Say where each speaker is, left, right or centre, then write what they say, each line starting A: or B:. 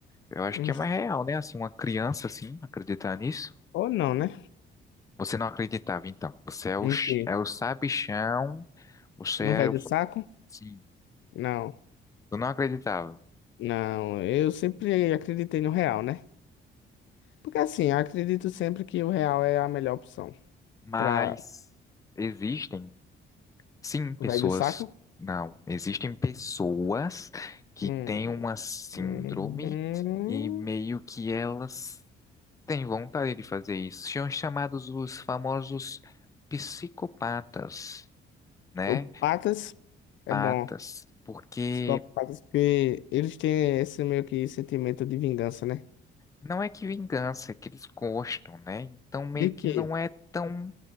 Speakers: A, on the left; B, on the left.
A: Eu acho
B: Hum,
A: que é mais real, né? Assim, uma criança, assim, acreditar nisso.
B: Ou não, né?
A: Você não acreditava, então. Você é o,
B: Em
A: ch-
B: quê?
A: é o sabichão, você
B: Não
A: é
B: vai do
A: o...
B: saco?
A: Sim,
B: Não.
A: eu não acreditava.
B: Não, eu sempre acreditei no real, né? Porque assim, eu acredito sempre que o real é a melhor opção.
A: Mas
B: Pra
A: existem Sim, pessoas.
B: vai do saco?
A: Não, existem pessoas que
B: Hum,
A: têm uma síndrome
B: hum, hum.
A: e meio que elas têm vontade de fazer isso. São chamados os famosos psicopatas, né?
B: O Patas é
A: Patas,
B: bom.
A: porque
B: Os patas porque eles têm esse meio que sentimento de vingança, né?
A: não é que vingança, é que eles gostam, né? Então meio
B: De
A: que
B: quê?
A: não é tão